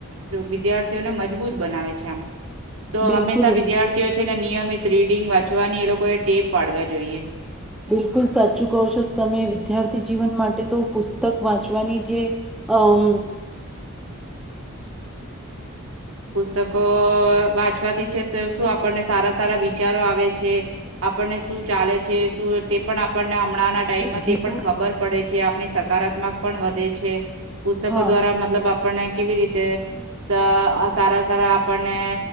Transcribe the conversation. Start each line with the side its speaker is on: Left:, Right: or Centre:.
Right: વિદ્યાર્થીઓને મજબૂત બનાવે છે આમ તો
Centre: બિલકુલ
Right: હંમેશા વિદ્યાર્થીઓ છે ને નિયમિત તીડિંગ વાંચવાની એ લોકો એ ટેપ પાડવા જોઈએ
Centre: બિલકુલ સાચું કહો છો તમે વિદ્યાર્થી જીવન માટે તો પુસ્તક વાંચવાની જે અમ
Right: પુસ્તકો વાંચવાથી છે શું આપણને સારા સારા વિચારો આવે છે આપણને શું ચાલે છે શું તે પણ આપણને હમણાં ટાઈમમાં
Centre: જીવન
Right: તે પણ ખબર પડે છે આપણી સકારાત્મક પણ વધે છે પુસ્તકો
Centre: હા
Right: દ્વારા મતલબ આપ આપણે કેવી રીતે સહ અસ સારા સારા આપણને